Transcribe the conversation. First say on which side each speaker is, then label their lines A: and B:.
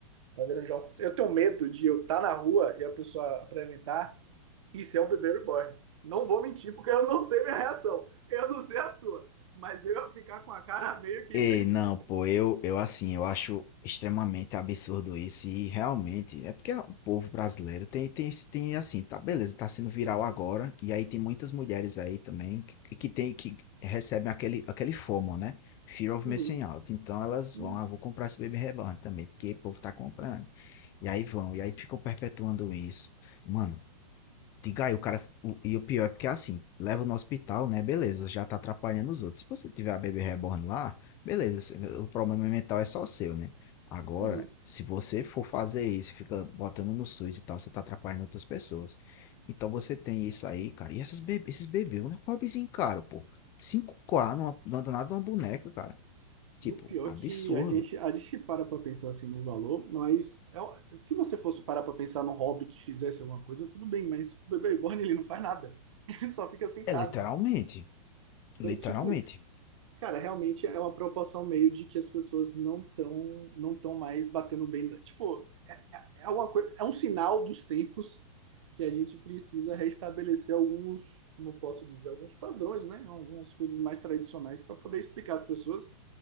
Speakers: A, on the right (about 60°); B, on the left (about 15°).
A: tá virando já um... Eu tenho medo de eu estar na rua e a pessoa apresentar, isso é um bebê reborn. Não vou mentir, porque eu não sei minha reação, eu não sei a sua, mas eu ia ficar com a cara meio que
B: Ei,
A: perdido,
B: não,
A: cara.
B: pô, eu, eu assim, eu acho extremamente absurdo isso e realmente é porque o povo brasileiro tem, tem, esse- tem assim, tá, beleza, tá sendo viral agora e aí tem muitas mulheres aí também que, que que tem, que recebem aquele, aquele FOMO, né? Fear of
A: Uhum,
B: Missing Out. Então elas
A: uhum,
B: vão, ah, vou comprar esse Baby Reborn também, porque o povo tá comprando. E aí vão, e aí ficam perpetuando isso. Mano, Diga aí, o cara. o- e o pior é porque é assim, leva no hospital, né? Beleza, já tá atrapalhando os outros. Se você tiver a bebê reborn lá, beleza, se- o problema mental é só seu, né? Agora,
A: uhum.
B: se você for fazer isso, fica botando no SUS e tal, você tá atrapalhando outras pessoas. Então você tem isso aí, cara. E essas bebê, esses bebês, um hobbyzinho caro, pô. cinco k numa, numa danada de uma boneca, cara. Tipo,
A: E o pior
B: absurdo.
A: é que a gente, a gente para pra pensar assim no valor, mas é um- se você fosse parar pra pensar num hobby que fizesse alguma coisa, tudo bem, mas o bebê reborn ele não faz nada, <laughs> ele só fica sentado.
B: É literalmente. Literalmente.
A: Então, tipo, cara, realmente é uma preocupação meio de que as pessoas não estão não tão mais batendo bem. Tipo, é, é, é uma coi- é um sinal dos tempos que a gente precisa restabelecer alguns, como eu posso dizer, alguns padrões, né? Algumas coisas mais tradicionais para poder explicar às pessoas